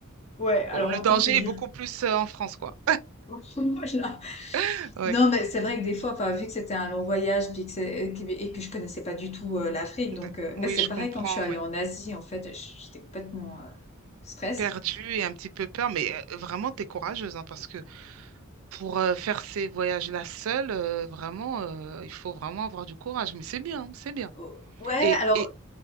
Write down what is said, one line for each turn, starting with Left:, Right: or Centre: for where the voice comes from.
Left: Ouais, alors
Right: Oh, le
Left: autant
Right: danger
Left: te dire.
Right: est beaucoup plus euh, en France, quoi.
Left: <laughs> Voilà.
Right: <laughs> Oui.
Left: Non, mais c'est vrai que des fois, enfin, vu que c'était un long voyage puis que c'est- euh, que- et que je connaissais pas du tout euh, l'Afrique, donc
Right: D-
Left: euh,
Right: Oui,
Left: mais c'est
Right: je
Left: pareil
Right: comprends.
Left: quand je suis allée
Right: Oui.
Left: en Asie, en fait, j- j'étais complètement euh, stress.
Right: Perdu et un petit peu peur, mais euh, vraiment, t'es courageuse, hein, parce que pour euh, faire ces voyages-là seule, euh, vraiment, euh, il faut vraiment avoir du courage. Mais c'est bien, c'est bien.
Left: Oh, Ouais,
Right: Et,
Left: alors
Right: et,